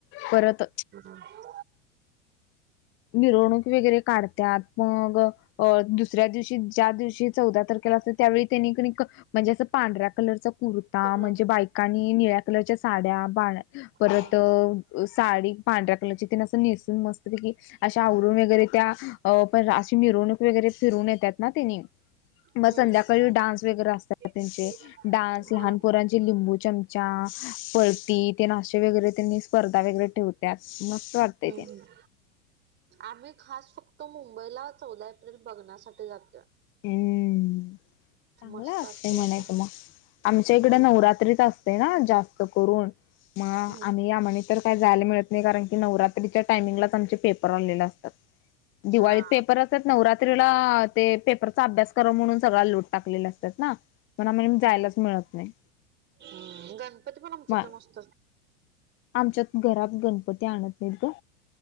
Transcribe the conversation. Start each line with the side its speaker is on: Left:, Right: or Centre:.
Left: परत
Right: हं.
Left: मिरवणूक वगैरे काढ त्यात मग अ. दुसऱ्या दिवशी ज्या दिवशी चौदा तारखेला आस त्यावेळी तेनी कणी क म्हणजे असं पांढऱ्या कलरचा कुर्ता
Right: कलरच
Left: म्हणजे बायकांनी निळ्या कलरच्या साड्या, बाळा परत
Right: हा
Left: अ साडी पांढऱ्या कलरची तेन आसं नेसून मस्त पैकी, अशा आवरुण वगैरे त्या अ पण अशी मिरवणूक वगैरे फिरवून येत्यात ना तेनी. म
Right: हम्म
Left: संध्याकाळी डान्स वगैरे असतात
Right: हा
Left: त्यांचे. डान्स, लहान पोरांचे लिंबू चम च्या, पळती तेन आशे वगैरे तेनी स्पर्धा वगैरे ठेवत्यात, मस्त वाटतय
Right: हम्म
Left: ते.
Right: आम्ही खास फक्त मुंबईला चौदा एप्रिल बघण्यासाठी जातोय.
Left: हुं. चांगला
Right: मस्त
Left: वाटतय
Right: असते
Left: म्हणायच
Right: तिथं
Left: मग, आमच्या
Right: हम्म
Left: इकडे नवरा त्रीत असतय ना जास्त करून? मग
Right: हम्म.
Left: आम्ही आम्हाला तर काय जायला मिळत नाही, कारण की नवरात्रीच्या टायमिंगलाच आमचे पेपर आलेले असतात. दिवाळीत
Right: हा
Left: पेपर असतात. नवरात्रीला ते पेप रचा अभ्यास म्हणून सगळा लोड टाकलेला असतात ना म्हणून जायलाच मिळत नाही.
Right: हं गणपती पण आमच्या
Left: म
Right: इथ मस्त अस
Left: आमच्यात घरात गणपती आणत नाहीत ग.